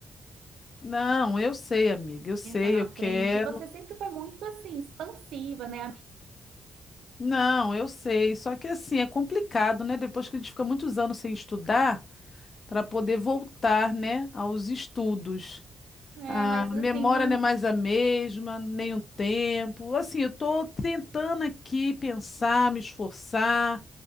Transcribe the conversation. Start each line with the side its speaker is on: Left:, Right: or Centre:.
Left: Não, eu sei, amiga, eu sei,
Right: senta na
Left: eu quero.
Right: frente, e você sempre foi muito assim, expansiva, né?
Left: Não, eu sei. Só que assim, é complicado, né? Depois que a gente fica muitos anos sem estudar, para poder voltar, né, aos estudos.
Right: É,
Left: A
Right: mas assim,
Left: memória
Right: não.
Left: não é mais a mesma, nem o tempo. Assim, eu estou tentando aqui pensar, me esforçar,